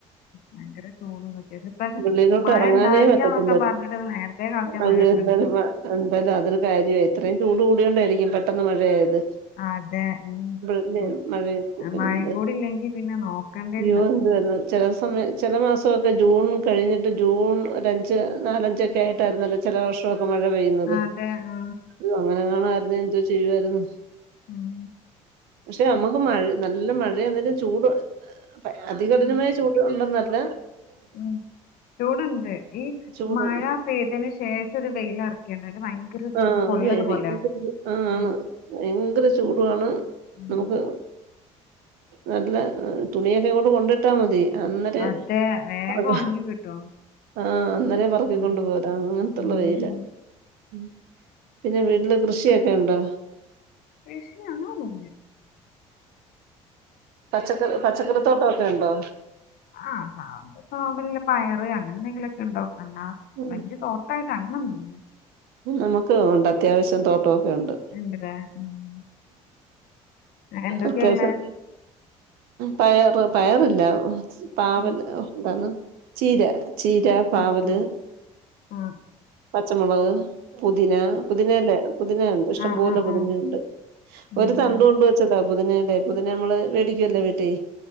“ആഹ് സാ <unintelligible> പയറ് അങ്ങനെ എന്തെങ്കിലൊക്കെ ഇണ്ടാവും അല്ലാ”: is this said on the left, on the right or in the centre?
Left